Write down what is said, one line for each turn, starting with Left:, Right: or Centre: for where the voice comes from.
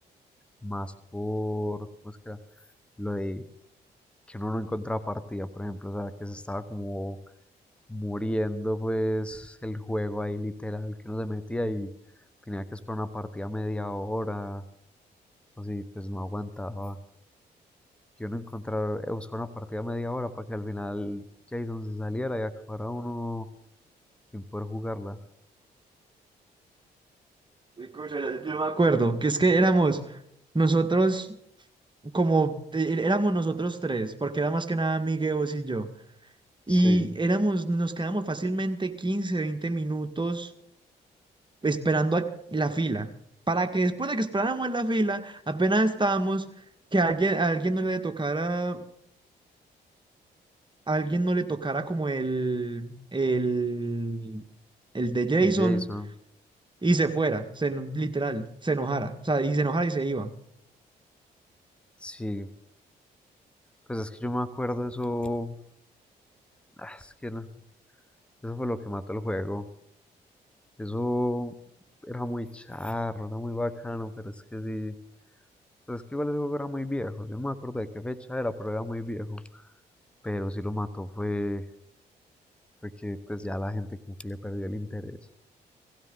Centre: más por, ¿cómo es que era? Lo de que uno no encontraba partida, por ejemplo, o sea, que se estaba como muriendo pues el juego ahí literal, que uno se metía y tenía que esperar una partida media hora, así, pues no aguantaba. Yo no encontrar, eh, buscar una partida media hora para que al final Jason se saliera y acabara uno sin poder jugarla.
Right: Escucha, ya- yo me acuerdo que es que éramos nosotros como eh, éramos nosotros tres, porque era más que nada Miguel, vos y yo. Y
Centre: Sí, el
Right: éramos, nos quedamos fácilmente 15 20 minutos esperando a la fila, para que después de que esperáramos en la fila, apenas estábamos, que alguien, a alguien no le tocara, a alguien no le tocara como el, el, el de Jason
Centre: Jason.
Right: y se fuera, se, eno- literal, se enojara, o sea, y se enojara y se iba.
Centre: Sí, pues es que yo me acuerdo eso. ah, Es que no, eso fue lo que mató el juego. Eso era muy charro, era muy bacano, pero es que sí. Pues es que igual ese juego era muy viejo. Yo no me acuerdo de qué fecha era, pero era muy viejo. Pero sí lo mató fue, fue que pues ya la gente como que le perdió el interés.